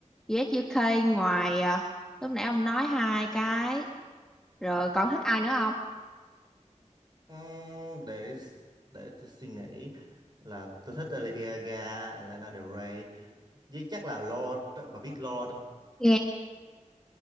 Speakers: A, in the centre; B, on the right.
A: US UK ngoài à, lúc nãy ông nói hai cái rồi còn thích ai nữa không
B: Ừm, để để tôi suy nghĩ là tôi thích là Lady Gaga, Lana Del Rey với chắc là Lorde, bà biết Lorde không?
A: nghe